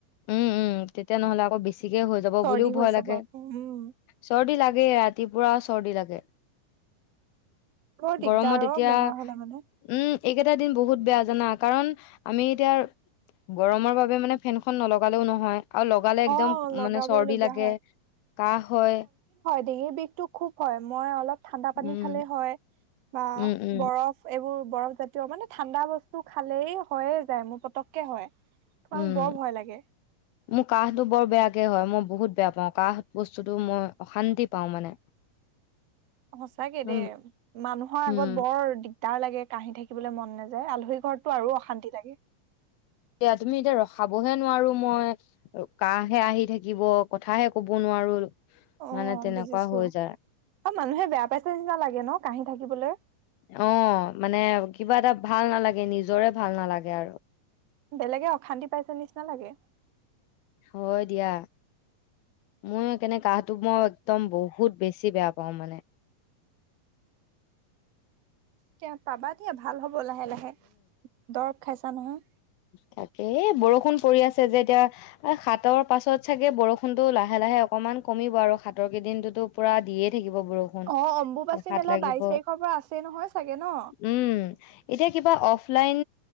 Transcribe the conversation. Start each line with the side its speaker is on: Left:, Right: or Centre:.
Left: উম- উম তেতিয়া নহ'লে আকৌ বেছি, বেচিকে হৈ যাব
Right: চৰ্দি
Left: বুলিও
Right: হৈ
Left: ভয়
Right: যাব
Left: লাগে
Right: আকৌ উম
Left: চৰ্দি লাগে এ ৰাতিপুৱা চৰ্দি লাগে
Right: বৰ দিগদাৰ
Left: গৰমত
Right: আৰু
Left: এতিয়া
Right: বেমাৰ হ'লে মানে
Left: উম এইকেইটা দিন বহুত বেয়া জানা কাৰণ আমি এতিয়া গৰমৰ বাবে মানে ফেন খন নলগালেও নহয় আৰু লগালে একদম
Right: অ লগাব
Left: মানে চৰ্দি
Right: লগীয়া
Left: লাগে কাহ হয়
Right: মূৰৰ বিষটো খুব হয় মই অলপ ঠাণ্ডা পানী
Left: উম,
Right: খালে হয় বা
Left: উম, উম,
Right: বৰফ এইবোৰ বৰফ জাতীয় মানে ঠাণ্ডা বস্তু খালেই হযয়ে যায় মোৰ পতককে হয় কাৰণ
Left: উম,
Right: মোক বৰ ভয় লাগে
Left: মোৰ কাহটো বৰ বেয়াকে হয় মই বহুত বেয়া পাওঁ কাহ বস্তুটো মই অশান্তি পাওঁ মানে
Right: সচাকে
Left: উম,
Right: দে মানুহৰ আগত
Left: উম,
Right: বৰ দিগদ দিগদাৰ লাগে কাহি থাকিবলৈ মন নাযায় আল আলহী ঘৰতটো আৰু অশান্তি লাগে
Left: এয়া তুমি এতিয়া ৰখাবহে নোৱাৰো মই কাহহে আহি থাকিব কথাহে ক'ব নোৱাৰো
Right: অ
Left: মানে তেনেকুৱা
Right: বুজিছো
Left: হৈ যায়।
Right: অ মানুহে বেয়া পাইছে নিচিনা লাগে ন কাহি থাকিবলৈ
Left: অ', মানে কিবা এটা ভাল নালাগে নিজৰে ভাল নালাগে আৰু
Right: বেলেগে অশান্তি পাইছে নিচিনা লাগে
Left: হয় দিয়া মই স কেনে কাহটো মই একদম বহুত বেছি বেয়া পাওঁ মানে
Right: তে পাবা দিয়া ভাল হ'ব হ'ব লাহে লাহে দৰৱ খাইছা নহয়
Left: তাকেই বৰষুণ পৰি আছে যে এতিয়া হাতৰ পাছত চাগে বৰষুনতো লাহে লাহে অকনমান কমিব আৰু সাতৰ কেইদিনটোতো পুৰা দিয়ে থাকিব বৰষুণ
Right: অ অম্বুবাচী
Left: এতিয়া সাত
Right: মেলা
Left: লাগিব
Right: বাইশ তাৰিখৰ পৰা আছেই নহয় চাগে ন
Left: উম এতিয়া কিবা অফলাইন